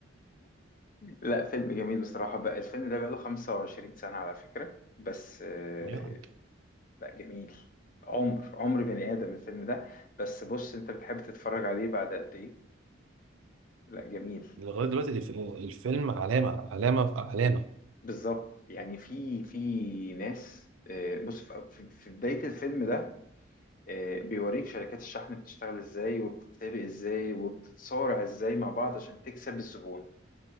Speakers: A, on the left; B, on the right.
A: لا فيلم جميل بصراحة بقى الفيلم ده بقاله 25 سنة على فكرة بس آه،
B: يعني
A: لا جميل عمر عمر بني آدم الفيلم ده بس بص انت بتحب تتفرج عليه بعد قد ايه لا جميل
B: لغاية دلوقتي الف- الفيلم علامة علامة علامة
A: بالظبط يعني في في ناس آه، بص في في- في بداية الفيلم ده آه، بيوريك شركات الشحن بتشتغل ازاي وبتتسابق ازاي وبتتصارع ازاي مع بعض عشان تكسب الزبون